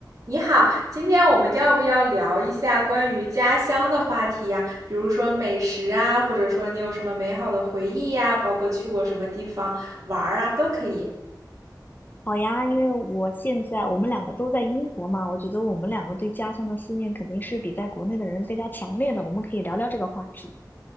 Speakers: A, on the right (about 45°); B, on the left (about 25°).
A: 你好，今天我们要不要聊一下关于家乡的话题呀？比如说美食啊，或者说你有什么美好的回忆呀，包括去过什么地方玩儿啊，都可以。
B: 好呀，因为我现在我们两个都在英国嘛，我觉得我们两个对家乡的思念肯定是比在国内的人更加强烈的。我们可以聊聊这个话题。